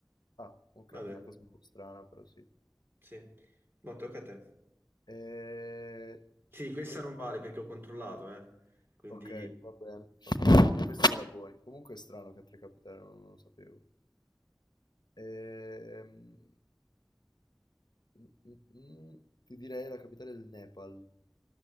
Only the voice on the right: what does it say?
Vabbè,
sì. No, tocca a te.
Sì, questa
non vale perché ho controllato, eh. Quindi